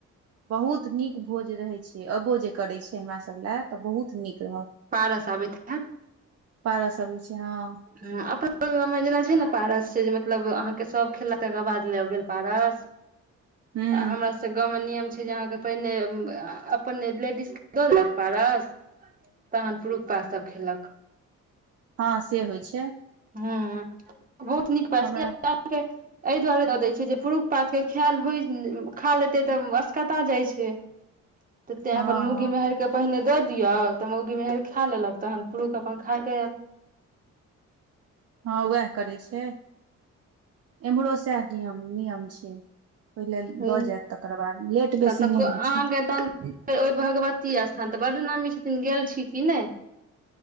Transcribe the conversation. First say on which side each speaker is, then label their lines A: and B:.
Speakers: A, on the right (about 55°); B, on the right (about 30°).
A: बहुत नीक भोज रहै छैय। जे अबो जे करै छैय हमरा सभ लए तऽ बहुत नीक रहत।
B: पारस आबैत हैत
A: पारा सब होइ छैय हँ।
B: ह अपना गंव मे जेना छैय ने पारस छैय जे मतलब अहाँके सब खेलऽ तकर बाद लऽ गेल पारस।
A: हूँ
B: आ हमरा से गाँव मे नियम छैय जे अहाँके पहिने अपन लेडीज के दऽ देलक पारस तहन पुरुकपा सभ खेलक।
A: हँ से होइ छैय।
B: ह बहुत नीक पह
A: हमरा
B: एहि दुआरे दऽ दै छैैय जे पुरुष पात के खायल हो खा लेते तऽ असकता जाइ छैय। तऽ तें
A: हँ
B: अपन मौगी
A: हँ
B: मेहरके पहिने दऽ दियौ तऽ मौगी मेहर खा लेलक तहन पुरुख अ पन खाय के
A: हँ वएह करै छैय इम्हरो सएह नियम नियम छैय। ओहिल
B: ह
A: दऽ जायत तकर बाद लेट
B: तब
A: बेसी
B: तऽ
A: नहि
B: अहाँके
A: होइ छैय।
B: तहन ओहि भगवत ती स्थान तऽ बड्ड नामी छथिन गेल छी की नहि?